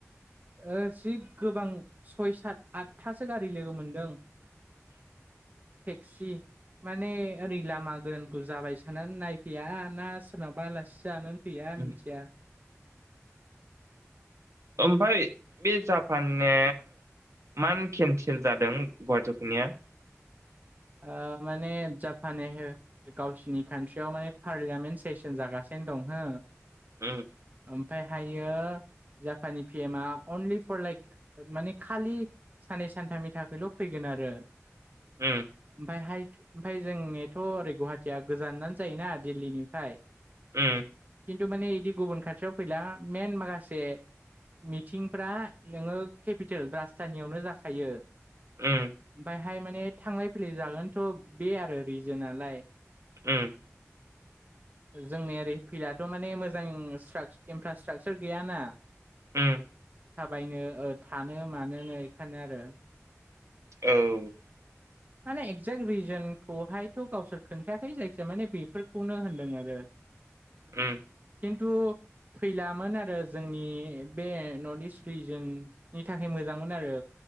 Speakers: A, on the right (about 35°); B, on the right (about 70°).
A: ओ जि गोबां सय सात आठथासो गारि लोगो मोनदों। टेक्सि माने ओरै लामा गोरानखौ जाबाय सानानै नायफैया ना सोरनावबा आलासि जानोनो फैया
B: उम
A: मिनथिया
B: ओमफाय बे जापान ने मान केन्सेल जादों गुवाहाटियाव फैनाया?
A: ओ माने जापानेहेर गावसिनि कान्ट्रियाव माने पार्लियामेन्ट सेसन जागासिनो। थिन दं हो
B: उम
A: ओमफाय हायो। जापाननि पि एमआ अनलि फर लाइक माने खालि साननै सानथामनि थाखायल' फैग गिन आरो
B: उम
A: ओमफायहाय ओमफाय जोंनिथ' ओरै गुवाहाटिया गोजानजान जायोना दिल्लीनिफाय किन्तु
B: उम
A: माने बिदि गुबुन खाथियाव फैला मेन माखासे मिथिंफ्रा नोङो केपिटेल राजथानियावनो जाखायो।
B: उम
A: बैहाय माने थांलाय फैलाय जागोनथ' बे आरो रिजोनालाय
B: ओम
A: <inaudible> जोंनि ओरै फैलाथ' माने मोजां स्राक इनफ्रास्ट्राकसार गैयाना।
B: उम
A: थाबायनो ओ थानो मानोनो बेखायनो आरो।
B: औ
A: माने एक्जेक्ट रिजनखौहायथ' गावसोर खोन्थायाखै जायखिजाया माने बेफोरखौनो होनदों आरो। <inaudible>
B: ओम
A: खिन्थु फैलामोन आरो जोंनि बे नर्थ इस्ट रिजिननि थाखाय मोजांमोन आरो।